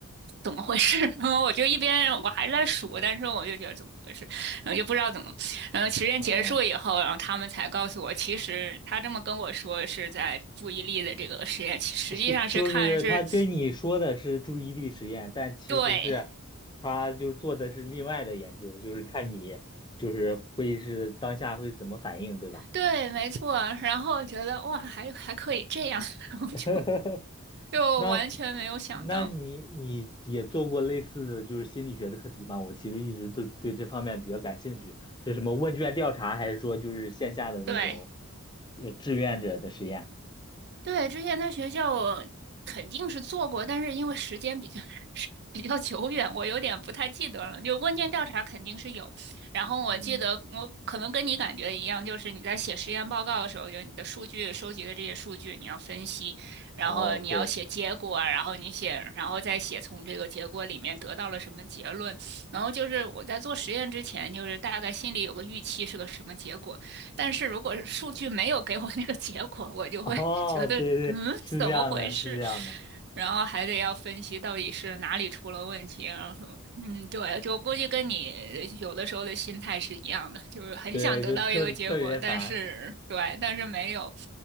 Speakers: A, on the right (about 50°); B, on the left (about 20°).
A: 怎么回事？<laughs> 然后我就一边我还在数，但是我就觉得怎么回事，然后就不知道怎么，然后实验结束以后，
B: 哦，
A: 然后他们才告诉我，其实他这么跟我说是在注意力的这个实验，实际上是看是。
B: 是就是他跟你说的是注意力实验，但其实是他就做的是另外的研究，
A: 对，
B: 就是看你就是会是当下会怎么反应，对吧？
A: 对，没错。然后我觉得哇，还还可以这样，<laughs> 然后就
B: <laughs>
A: 就完全没有想到。
B: 那那你你也做过类似的就是心理学的课题吗？我其实一直对对这方面比较感兴趣，是什么问卷调查，还是说就是线下的那种
A: 对
B: 呃志愿者的实验？
A: 对，之前在学校我肯定是做过，但是因为时间比较比较久远，我有点不太记得了。就问卷调查肯定是有，然后我记得我可能跟你感觉一样，
B: 嗯，
A: 就是你在写实验报告的时候，就是你的数据收集的这些数据，你要分析，然后你要写结果啊，
B: 哦，对
A: 然后你写，然后再写从这个结果里面得到了什么结论。然后就是我在做实验之前，就是大概心里有个预期是个什么结果，但是如果是数据没有给我那个结果，我就会
B: <laughs>，哦，
A: <laughs> 觉得嗯，
B: 对对，是这样的，
A: 怎么回事？
B: 是这样的，
A: 然后还得要分析到底是哪里出了问题，然后什么，嗯，对，就估计跟你有的时候的心态是一样的，就是很想得到一个结果，
B: 对，就特特别烦，
A: 但是对，但是没有，